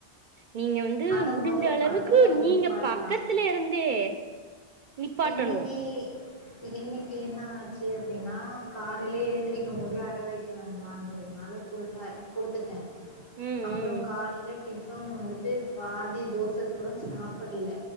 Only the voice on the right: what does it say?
நீங்க வந்து
முடிஞ்ச
அளவுக்கு
நீங்க பா பக்கத்துல இருந்தே நிப்பாட்டணும்.
ம்.
ம்.